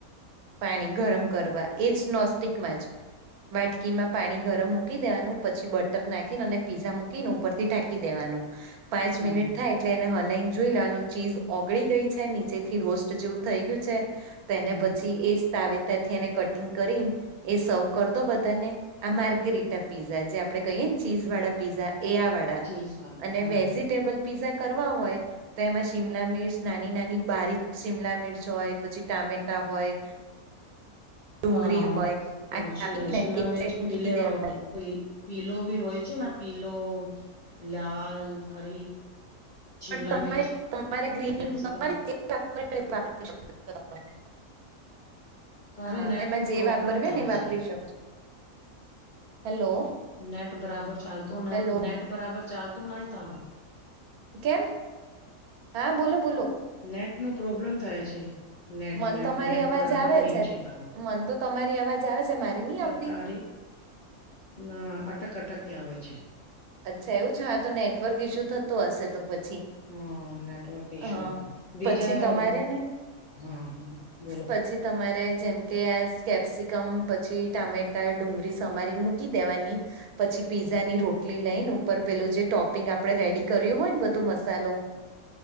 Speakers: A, on the right; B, on the left.
A: પાણી ગરમ કરવા એ જ નોસ્ટિકમાં જ વાટકી માં પાણી ગરમ મૂકી દેવાનું પછી બટર નાખીને અને પીઝા મૂકીને ઉપર ઢાંકી દેવાનું પાંચ
B: હા
A: મિનિટ
B: હા
A: થાય એટલે એને હલાઈને જોઈ લેવાનું ચીઝ ઓગળી ગઈ છે નીચે થી રોસ્ટ જેવું થઈ ગયું છે. એને
B: હમ
A: પછી
B: હમ
A: એજ તાવેતરથી એને કટિંગ કરીને એ સર્વ કરી દો બધાને. આ માર્ગરીટા પીઝા જે આપડે કહીએ ને ચીઝ વાળા પીઝા એ આ અને
B: ચીઝ વાલા હા
A: વેજીિટેબલ પીઝા કરવા હોય. તો એમાં શિમલા મિર્ચ નાની નાની બારીક શિમલા મિર્ચ હોય પછી ટામેટા હોય ડુંગળી
B: <unintelligible>
A: હોય આ કાપીને એક સાઈડ મૂકી દેવાની
B: પી પીલો ભી હોય છે ને પીલો લાલ હરી શિમલા
A: પણ તમારે
B: મિર્ચ
A: તમારે ગ્રીન
B: કેપ્સિકમ
A: તમારી <unintelligible>
B: તારે
A: હા
B: નેટ
A: એમાં
B: નું
A: જે
B: પ્રોબ્લેમ
A: વાપર્યું
B: થાય
A: ને એ વાપરી
B: છે
A: શકો છો હેલો
B: નેટ બરાબર ચાલતું નહ
A: હેલો
B: નેટ બરાબર ચાલતું નહી તારું.
A: કેમ હા બોલો બોલો.
B: નેટ નું પ્રોબ્લેમ થાય છે. નેટ
A: મન
B: નેટ
A: તમારી
B: નેટ
A: અવાજ
B: બરાબર
A: આવે
B: નહી છે તારો
A: મન તો તમારી અવાજ આવે છે મારી નહી આવતી
B: તારે ના અટક અટક ક્યાં આવે છે.
A: અચ્છા એવું છે હા તો નેટવર્ક ઈસ્યુ થતો હશે તો પછી.
B: હા નેટવર્ક ઈશુ
A: હા
B: હતું બીજા
A: પછી તમારે ને
B: હા હા બોલો.
A: પછી તમારે જેમ કે આ કેપ્સિકમ પછી ટામેટા ડુંગળી સમારી મૂકી દેવાની પછી પીઝાની રોટ એટલી લઈ ને ઉપર પેલું જે ટોપિંગ આપડણે રેડી કર્યું હોય ને બધો મસાલો